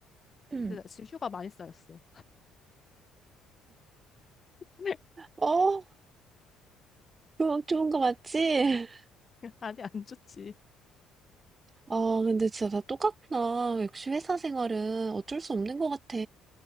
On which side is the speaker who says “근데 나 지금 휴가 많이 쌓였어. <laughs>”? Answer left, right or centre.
Left